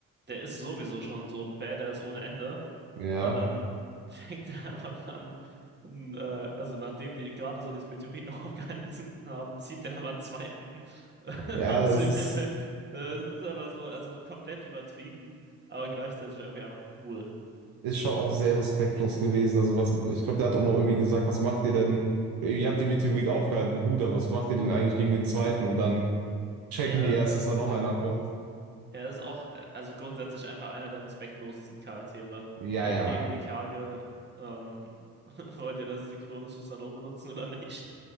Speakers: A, on the right; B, on the right.
A: der ist sowieso schon so badass ohne Ende.
B: Ja.
A: Und dann <laughs> fängt er einfach an, n- äh, also nachdem die gerade so diesen Meteoriten <laughs> aufgehalten sind- haben, zieht er einfach einen zweiten <laughs>
B: Ja,
A: aus
B: es
A: dem
B: ist,
A: Himmel. Das ist einfach so, also so komplett übertrieben, aber gleichzeitig irgendwie einfach cool.
B: ist schon auch sehr respektlos gewesen. Also was, ich glaube, der hat auch noch irgendwie gesagt, was macht ihr denn? Ihr habt den Meteorit aufgehalten, gut, aber was macht ihr denn eigentlich gegen den zweiten? Und dann checken
A: Ja,
B: die erst, dass da noch einer kommt.
A: Er ist auch, äh, also grundsätzlich einfach einer der respektlosesten Charaktere.
B: Ja,
A: Auch
B: ja,
A: gegen die Kage. Ähm, <laughs> wollt ihr, dass sie Klone Susanoo benutzen oder nicht?